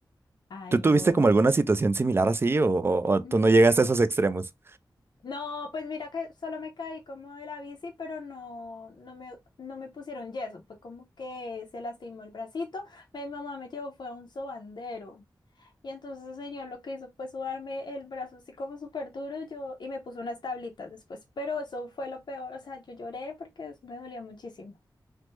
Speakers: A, on the left; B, on the right.
A: Ay,
B: ¿Tú tuviste
A: no.
B: como alguna situación similar así o, o o tú
A: Mm.
B: no llegaste a esos extremos?
A: No, pues mira que solo me caí como de la bici, pero no, no me, no me pusieron yeso. Fue como que se lastimó el bracito. Mi mamá me llevó, fue a un sobandero. Y entonces el señor lo que hizo fue sudarme el brazo así como súper duro yo, y me puso unas tablitas después. Pero eso fue lo peor. O sea, yo lloré porque eso me dolía muchísimo.